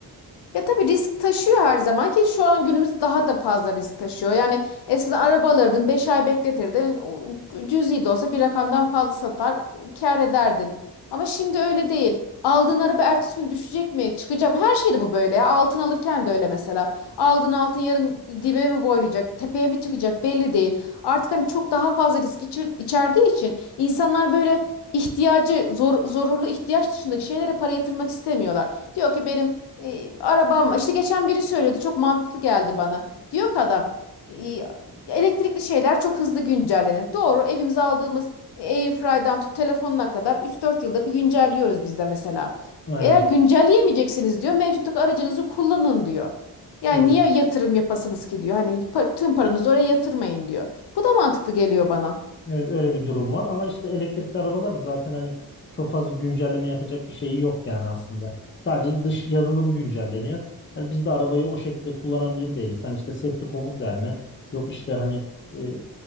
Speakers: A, on the left (about 85°); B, on the left (about 30°).
A: Ya tabii risk taşıyor her zaman ki şu an günümüzde daha da fazla risk taşıyor. Yani eskiden araba alırdın 5 ay bekletirdin o cüzi de olsa bir rakamdan fazla satar kâr ederdin. Ama şimdi öyle değil. Aldığın araba ertesi gün düşecek mi çıkacak mı her şeyde bu böyle ya altın alırken de öyle mesela. Aldığın altın yarın dibe mi boylayacak tepeye mi çıkacak belli değil. Artık hani çok daha fazla risk içer- içerdiği için insanlar böyle ihtiyacı zor, zorunlu ihtiyaç dışındaki şeylere para yatırmak istemiyorlar. Diyor ki benim e, arabam var. İşte geçen biri söylüyordu çok mantıklı geldi bana. Diyor ki adam e, elektrikli şeyler çok hızlı güncellenir. Doğru evimize aldığımız Airfry'dan tut telefonuna kadar 3-4 yılda bir güncelliyoruz biz de mesela.
B: Aynen.
A: Eğer güncelleyemeyeceksiniz diyor mevcuttaki aracınızı kullanın diyor. Yani
B: Evet,
A: niye yatırım yapasınız ki diyor. Hani pa- tüm paranızı oraya yatırmayın diyor. Bu da mantıklı geliyor bana.
B: evet, öyle bir durum var ama işte elektrikli arabalar da zaten hani çok fazla güncelleme yapacak bir şeyi yok yani aslında. Sadece dış yazılımı güncelleniyor. Hani biz de arabayı o şekilde kullanan biri değiliz. Hani işte sesli komut verme, yok işte hani e,